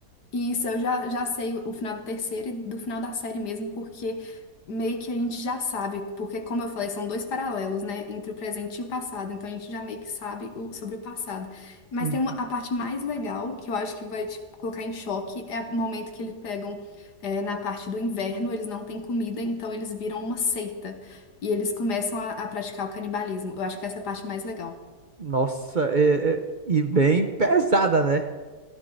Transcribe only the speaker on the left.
E Isso, eu já, já sei o final do terceiro e do final da série mesmo, porque meio que a gente já sabe, porque como eu falei, são dois paralelos, né, entre o presente e o passado, então a gente já meio que sabe o- sobre o passado. Mas
tem uma, a parte mais legal, que eu acho que vai te colocar em choque, é o momento que eles pegam é, na parte do inverno, eles não têm comida, então eles viram uma seita, e eles começam a, a praticar o canibalismo. Eu acho que essa é a parte mais legal.